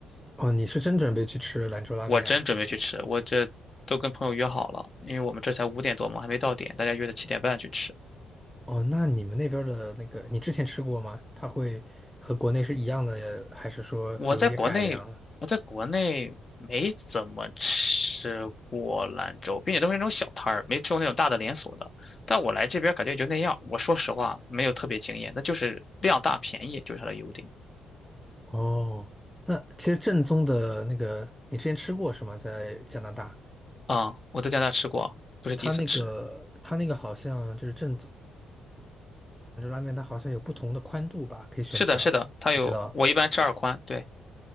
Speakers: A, in the centre; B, on the left.
A: 哦，你是真准备去吃兰州拉面啊？
B: 我真准备去吃，我这都跟朋友约好了，因为我们这才五点多嘛，还没到点，大家约的七点半去吃。
A: 哦，那你们那边儿的那个，你之前吃过吗？它会和国内是一样的，还是说有一点改良啊
B: 我在国内，我在国内没怎么吃过兰州，并且都是那种小摊儿，没吃过那种大的连锁的。但我来这边感觉也就那样。我说实话，没有特别惊艳，那就是量大便宜，就是它的优点。
A: 哦，那其实正宗的那个，你之前吃过是吗？在加拿大，
B: 啊、我在加拿大吃过，不是第一次吃。
A: 它那个它那个好像就是正。兰州拉面它好像有不同的宽度吧，可以选择，
B: 是的，是的，它有，
A: 你知道
B: 我一般吃二宽，对，